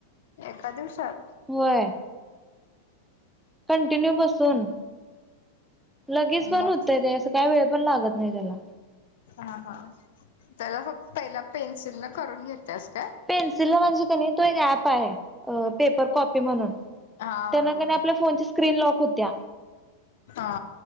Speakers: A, on the left; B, in the centre.
A: एका दिवसात
B: होय. कंटिन्यू बसून लगेच पण
A: मग
B: होतंय ते काय वेळ पण लागत नाही त्याला
A: हा हा त्याला फक् पहिला पेन्सिल न करून घेतेस का?
B: पेन्सिलला म्हणजे का नाही तो एक ऍप आहे पेपर कॉपी म्हणून
A: हा
B: त्यांना
A: हो
B: क आपल्या फोनच्या स्क्रीन लॉक होत्या.
A: हा.